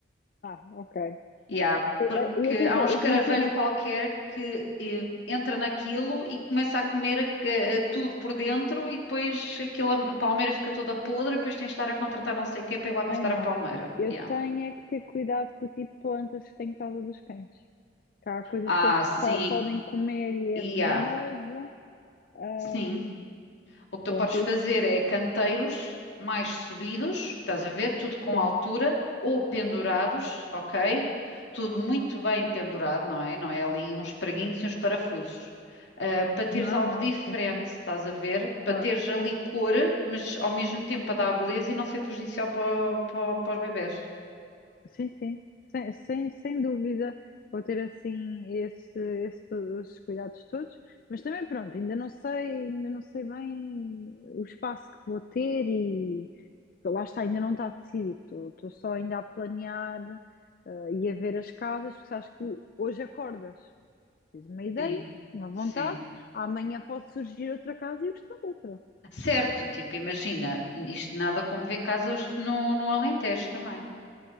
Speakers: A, on the left; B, on the left.
A: Ah, ok.
B: Yeah,
A: Não. E,
B: porque
A: e- atenção,
B: há um escaravelho
A: eu tenho que ter um.
B: qualquer que eh, entra naquilo e começa a comer a- a- a tudo por dentro e depois aquilo, a palmeira fica toda podre e depois tens de estar a contratar não sei quem para ir lá cortar
A: Ai, não.
B: a palmeira.
A: Eu
B: Yeah.
A: tenho é que ter cuidado com o tipo de plantas que tem em casa dos cães. Que há coisas
B: Ah,
A: que eles
B: sim.
A: co- podem comer e é
B: Yeah.
A: venenoso. Ah,
B: Sim. O que tu
A: pronto,
B: podes fazer
A: eu.
B: é canteiros mais subidos, estás a ver? Tudo com
A: Sim.
B: altura ou pendurados, ok? Tudo muito bem pendurado, não é? Não é ali uns preguinhos e uns parafusos. Ah, para teres
A: Não,
B: algo
A: não,
B: diferente,
A: sim, sim.
B: estás a ver? Para
A: Claro.
B: teres ali cor, mas ao mesmo tempo para dar beleza e não ser prejudicial para, o- para, o- para os bebés.
A: Sim, sim, sem, sem, sem dúvida vou ter assim esse, esse, todos, esses cuidados todos, mas também pronto, ainda não sei, ainda não sei bem o espaço que vou ter e lá está, ainda não está decidido, estou estou só ainda a planear eh, e a ver as casas, porque sabes que hoje acordas, tens uma ideia,
B: Sim,
A: uma vontade,
B: sim.
A: amanhã pode surgir outra casa e eu gostar de outra.
B: Certo, tipo, imagina, isto nada como ver casas no, no Alentejo também.